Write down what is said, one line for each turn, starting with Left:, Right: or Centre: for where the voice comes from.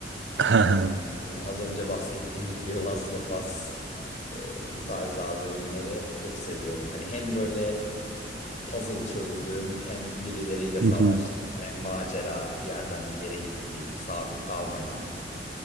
Right: He he.
Left: Ondan sonra az önce bahsettiğim gibi Last of Us. Ee, bu tarz abi oyunları çok seviyorum. Hani hem böyle puzzle çözdüğüm hem birileriyle savaştığım
Right: Hı hı.
Left: hem macera bir yerden bir yere gittiğim sabit kalmayan.